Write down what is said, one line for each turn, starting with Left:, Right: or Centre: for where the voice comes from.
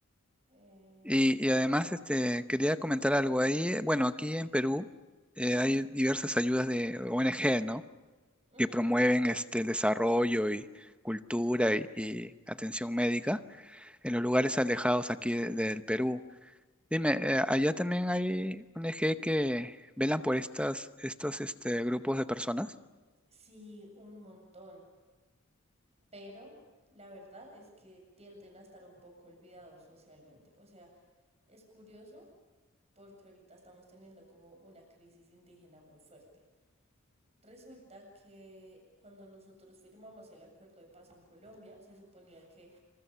Right: eh,
Centre: Y, y además este, quería comentar algo ahí. eh, Bueno, aquí en Perú eh,
Right: ujú,
Centre: hay diversas ayudas de ONG, ¿no?
Right: ujú,
Centre: Que promueven este, el desarrollo y cultura y, y atención médica en los lugares alejados aquí de- del Perú. Dime, eh, allá también hay un eje que velan por estas, estos este, grupos de personas,
Right: Sí, un montón, pero la verdad es que tienden a estar un poco olvidados socialmente. O sea, es curioso porque ahorita estamos teniendo como una crisis indígena muy fuerte. Resulta que cuando nosotros firmamos el acuerdo de paz en Colombia, se suponía que